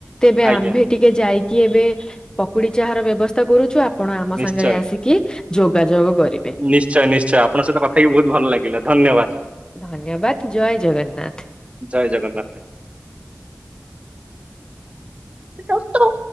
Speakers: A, on the left (about 15°); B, on the right (about 25°).
A: ତେବେ
B: ଆଜ୍ଞା
A: ଆମ୍ଭେ ଟିକେ ଯାଇକି କି ଏବେ ପକୁଡି ଚା ର ବ୍ୟବସ୍ଥା କରୁଛୁ ଆପଣ ଆମ
B: ନିଶ୍ଚୟ
A: ସାଙ୍ଗରେ ଆସିକି ଯୋଗାଯୋଗ କରିବେ।
B: ନିଶ୍ଚୟ ନିଶ୍ଚୟ ଆପଣଙ୍କ ସହିତ କଥାହେଇକି ବହୁତ ଭଲ ଲାଗିଲା ଧନ୍ୟବାଦ।
A: ଧନ୍ୟବାଦ ଜୟ ଜଗନ୍ନାଥ
B: ଜୟ ଜଗନ୍ନାଥ। ୁ <inaudible>